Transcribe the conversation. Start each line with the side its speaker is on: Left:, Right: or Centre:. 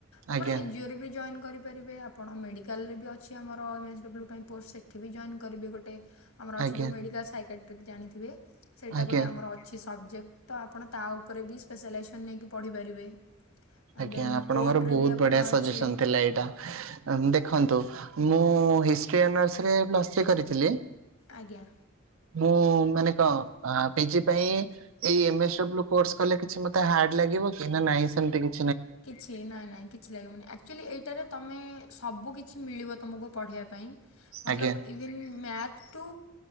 Left: ଆପଣ
Right: ଆଜ୍ଞା
Left: ଏନ୍ଜିଓରେ ବି ଜଏନ୍ କରିପାରିବେ ଆପଣ ମେଡ଼ିକାଲରେ ବି ଅଛି ଆମର ଏମ୍ଏସଡବ୍ଲ୍ୟୁ ପାଇଁ। ପୋଷ୍ଟ ସେଠି ବି ଜଏନ୍ କରିବି ଗୋଟେ। ଆମର ଅଛି
Right: ଆଜ୍ଞା
Left: ଯେଉଁ ମେଡ଼ିକାଲ୍ ସାଇକେଟ୍ରିକ୍ ଜାଣିଥିବେ ସେଇଟା
Right: ଆଜ୍ଞା
Left: ଗୋଟେ ଆମର ଅଛି ସବଜେକ୍ଟ୍। ତ ଆପଣ ତା ଉପରେ ବି ସ୍ପେଶାଲାଇଜେସନ୍ ନେଇକି ପଢ଼ିପାରିବେ।
Right: ଆଜ୍ଞା
Left: ଦେନ୍
Right: ଆପଣଙ୍କର
Left: କୋର୍ଟରେ
Right: ବହୁତ
Left: ବି ଆପଣ
Right: ବଢ଼ିଆ ସଜେସନ୍
Left: ଅଛି
Right: ଥିଲା ଏଇଟା ଦେଖନ୍ତୁ ମୁଁ ହିଷ୍ଟ୍ରି ଅନର୍ସରେ ପ୍ଲସ ଥ୍ରୀ କରିଥିଲି।
Left: ଆଜ୍ଞା।
Right: ମୁଁ ମାନେ କଣ ଆ ପିଜି ପାଇଁ ଏଇ ଏମେସଡବ୍ଲୁ କୋର୍ସ କଲେ କିଛି ମତେ ହାର୍ଡ ଲାଗିବ କି ନା ନାଇଁ ସେମିତି କି
Left: ଛି ନାଇଁ ନାଇଁ କିଛି ଲାଗିବନି ଆକ୍ଚୁଆଲି ଏଇଟାରେ ତମେ ସବୁ କିଛି ମିଳିବ ତମକୁ ପଢ଼େଇବା ପାଇଁ। ମତଲଵ୍
Right: ଆଜ୍ଞା
Left: ଇଭେନ୍ ମ୍ୟାଥ୍ ଟୁ